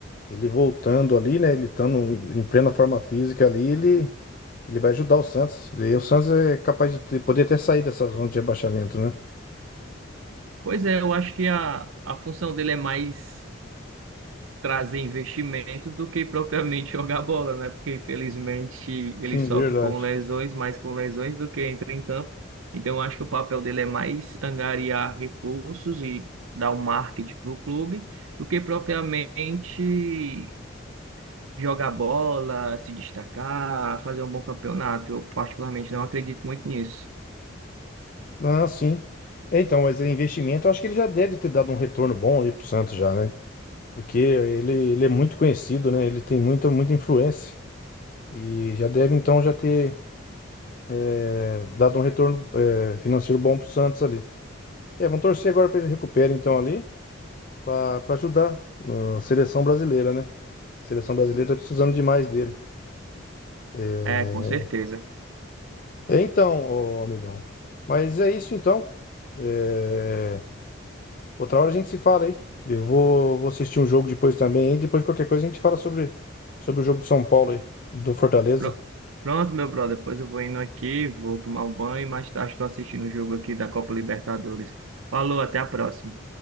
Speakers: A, on the left; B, on the right.
A: ele voltando ali, né? Ele estando em plena forma física ali, ele, ele vai ajudar o Santos. E o Santos é capaz de ter- poder até sair dessa zona de rebaixamento, né?
B: Pois é, eu acho que a, a função dele é mais trazer investimentos do que propriamente <laughs> jogar bola, né? Porque infelizmente ele
A: Sim,
B: sofre
A: verdade.
B: com lesões, mais com lesões do que entra em campo. Então eu acho que o papel dele é mais angariar recursos e dar o marketing para o clube do que propriamente jogar bola, se destacar, fazer um bom campeonato. Eu particularmente não acredito muito nisso.
A: Ah, sim. É, Então, mas é investimento, eu acho que ele já deve ter dado um retorno bom aí pro Santos já, né? Porque ele, ele é muito conhecido, né? Ele tem muita, muita influência. E já deve, então, já ter é, dado um retorno é, financeiro bom pro Santos ali. É, vamos torcer agora para ele recupere, então, ali, para ajudar a seleção brasileira, né? A seleção brasileira tá precisando demais dele. É,
B: É, com certeza.
A: é então, ô, amigão. Mas é isso, então. É, Outra hora a gente se fala aí. Eu vou, vou assistir um jogo depois também. E depois, qualquer coisa, a gente fala sobre, sobre o jogo do São Paulo aí, e do Fortaleza.
B: Pro- Pronto, meu brother. Depois eu vou indo aqui, vou tomar o banho e mais tarde estou assistindo o jogo aqui da Copa Libertadores. Falou, até a próxima.